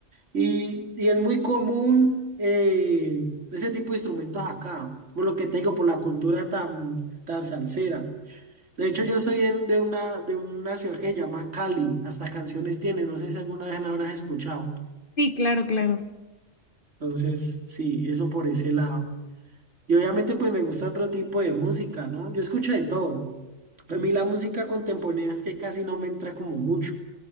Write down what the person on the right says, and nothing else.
Y, y es muy común eh, ese tipo de instrumentos acá, por lo que te digo, por la cultura tan, tan salsera. De hecho, yo soy en- de una, de una ciudad que se llama Cali, hasta canciones tiene, no sé si alguna vez la habrás escuchado.
Entonces, sí, eso por ese lado. Y obviamente pues me gusta otro tipo de música, ¿no? Yo escucho de todo. A mí la música contemporánea es que casi no me entra como mucho,